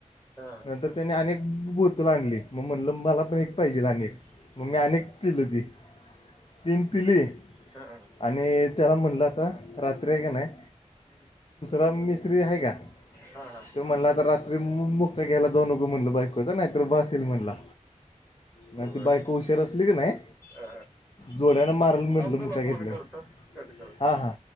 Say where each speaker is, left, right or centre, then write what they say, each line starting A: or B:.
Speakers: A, on the left; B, on the left.
A: हा हा
B: बतोल आणली मग म्हणलं मला पण एक पाहिजे अनेक मग मी अनेक पिल ती. तीन पिली
A: हा हा
B: आणि त्याला म्हणलं आता. रात्र हाय का नाय. राम मिसत्री आहे का
A: हा हा
B: तो म्हणला आता रात्री मुक्का घ्यायला जाऊ नको म्हणलं बायक. नाही तर ब असल म्हणला नाही
A: बर
B: ती बायक उशर असली की नाही.
A: अ
B: जोड्यान माराल म्हटलं
A: थांब तुला
B: मुका
A: फोन
B: घेतल्यावर
A: करतो कट कर
B: हा हा.